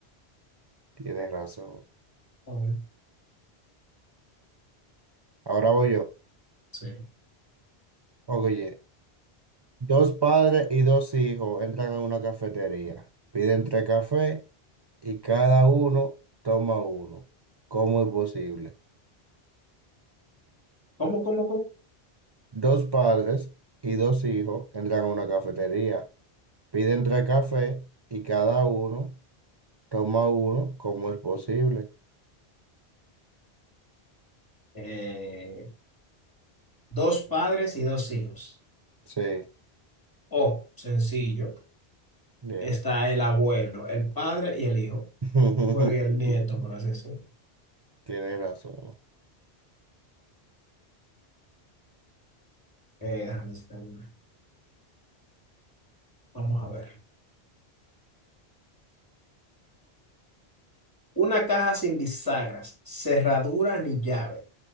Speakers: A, on the right (about 35°); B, on the left (about 20°).
A: tienes razón.
B: A ver.
A: Ahora voy yo.
B: Sí.
A: Oye, dos padres y dos hijos entran a una cafetería, piden tres cafés y cada uno toma uno. ¿Cómo es posible?
B: ¿Cómo, cómo, cómo?
A: Dos padres y dos hijos entran a una cafetería, piden tres cafés y cada uno toma uno. ¿Cómo es posible?
B: Eh, dos padres y dos hijos.
A: Sí.
B: O, sencillo,
A: Bien,
B: está el abuelo, el padre y el hijo.
A: <laughs>
B: Bueno, y el nieto, por así decirlo.
A: tienes razón.
B: Eh, déjame decirte una. Vamos a ver. Una caja sin bisagras, cerradura ni llave,